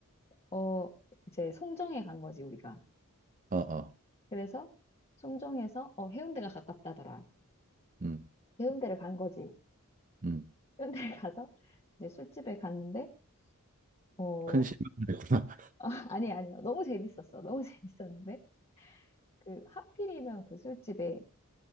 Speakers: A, on the left (about 25°); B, on the right (about 35°).
A: 어 이제 송정에 간 거지 우리가.
B: 어, 어.
A: 그래서 송정에서 어 해운대가 가깝다더라.
B: 음,
A: 해운대를 간 거지.
B: 음.
A: 해운대를 <laughs> 가서 이제 술집에 갔는데 어
B: 큰 실망이구나. <laughs>
A: <laughs> 아니 아니요 너무 재밌었어. 너무 <laughs> 재밌었는데 그 하필이면 그 술집에